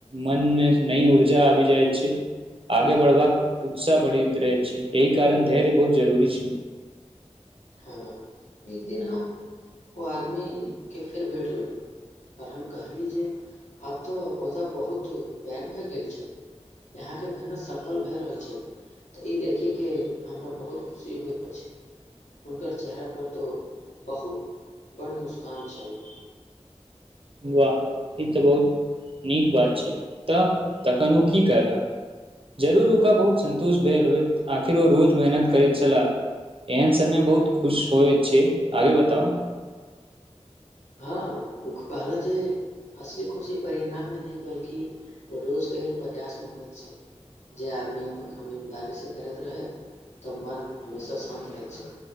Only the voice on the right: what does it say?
मनमे नई ऊर्जा आबि जाइ छै आगे बढ़बाक उत्साह बढ़ैत रह छै एहि कारण धैर्य बहुत जरूरी छै
वाह ई तऽ बहुत नीक बात छै तऽ तखन ओ की कहला जरूर हुनका बहुत सन्तोष भेल होइत आखिर ओ रोज मेहनत करैत छलाह एहन समय बहुत खुश होइत छै आगे बताउ